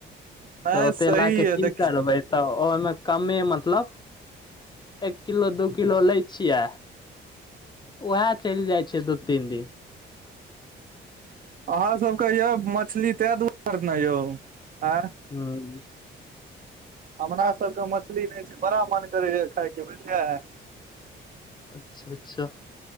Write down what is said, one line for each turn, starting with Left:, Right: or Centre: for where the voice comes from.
Right: नहि
Left: तऽ ओते
Right: सही
Left: लए क
Right: य
Left: की
Right: देख
Left: करबै। तऽ ओहिमे कमे मतलब एक किलो दू किलो लै। छिय उएह चलि जाइ छै दू तीन दिन।
Right: अहाँ सबके यौ मछली ते दुआर ने यौ आय
Left: हू
Right: हमरा सबके मछली नहि छै बड़ा मन करै छै खाायके बुझलियै।
Left: अच्छा-अच्छा